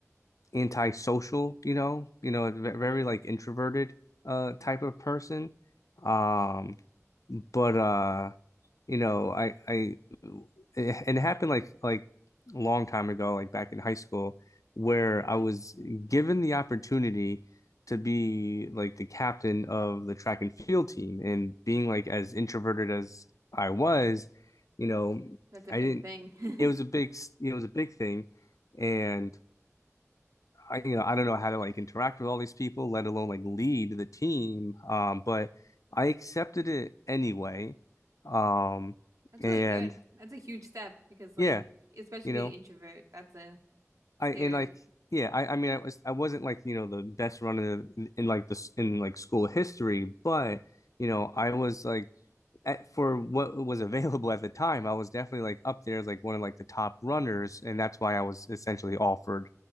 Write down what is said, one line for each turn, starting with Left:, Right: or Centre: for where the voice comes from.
Left: antisocial, you know, you know, ve-
Right: Mhm.
Left: very like introverted uh type of person. Um, but uh, you know, I I it, and it happened like like a long time ago, like back in high school, where
Right: Okay.
Left: I was given the opportunity to be like the captain of the track and field team, and being like as introverted as I was, you know,
Right: That's a
Left: I
Right: big
Left: didn't.
Right: thing. <laughs>
Left: It was a big, s- you know, it was a big thing, and I, you know, I don't know how to like interact with all these people, let alone like lead the team. Um, but I accepted it anyway. Um,
Right: That's
Left: and
Right: really good. That's a huge step because like
Left: yeah,
Right: especially
Left: you
Right: being
Left: know,
Right: introvert, that's a scary.
Left: I and like yeah, I, I mean, I was I wasn't like you know the best runner in, in like this in like school history, but you know, I was like at, for what was available at the time, I was definitely like up there as like one of like the top runners, and that's why I was essentially offered,